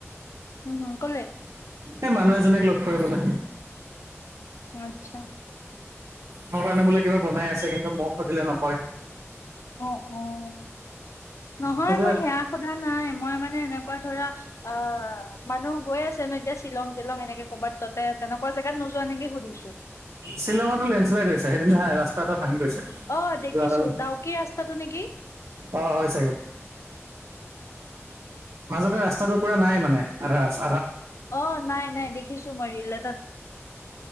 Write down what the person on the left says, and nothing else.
উমহুম ক'লে?
আচ্ছা।
অঁ, অঁ, নহয়
মই সেয়া সোধা নাই, মই মানে এনেকুৱা ধৰা অ মানুহ হৈ আছে ন এতিয়া শ্বিলং টিলং এনেকে ক'ৰবাত ততে তেনেকুৱা জেগাত নোযোৱা এনেকে সুধিছো।
অঁ দেখিছো,
ডাউকি ৰাস্তাটো নেকি?
অঁ নাই নাই দেখিছো মই ৰীল এটাত।